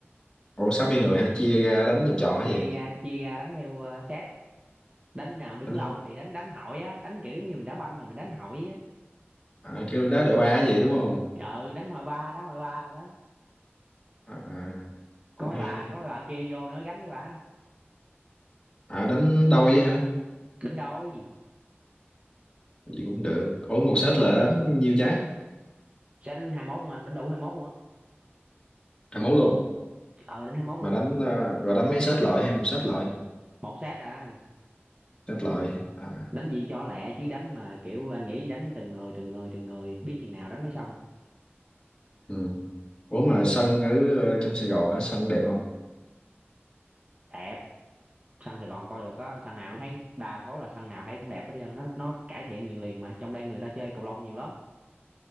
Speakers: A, on the left; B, on the right.
A: ủa sáu mươi người hả chia ra đánh vòng tròn hay
B: chia
A: gì
B: ra chia ra đánh theo ờ, set đánh cái nào đứng
A: Đánh-
B: lâu thì đánh đánh hỏi á đánh kiểu giống như mình đá banh mà mình đánh hỏi á
A: à, kêu đá đội ba hay gì đúng không
B: ờ đánh hỏi ba đá hỏi ba rồi đó
A: à, à, cũng
B: có mấy
A: hay
B: bà
A: đi
B: có mấy bà kia vô nữa gánh mấy bà
A: à đánh đôi hả
B: đánh đôi
A: gì cũng được ủa một set là đánh nhiêu trái
B: sát đến 21 luôn anh đánh đủ 21 luôn á
A: à mấu luôn
B: ờ đến 21
A: mà
B: luôn
A: đánh ờ, rồi đánh mấy set loại hay một set loại
B: một sát à
A: set loại à
B: đánh gì cho lẹ chứ đánh mà kiểu anh nghĩ đánh từng người từng người từng người biết chừng nào đánh mới xong
A: ừ. ủa mà sân ở ờ, trong Sài Gòn á sân đẹp không
B: đẹp sân Sài Gòn coi được á sân nào thấy đa số là sân nào thấy cũng đẹp hết trơn nó nó cải thiện liền liền mà trong đây người ta chơi cầu lông nhiều lắm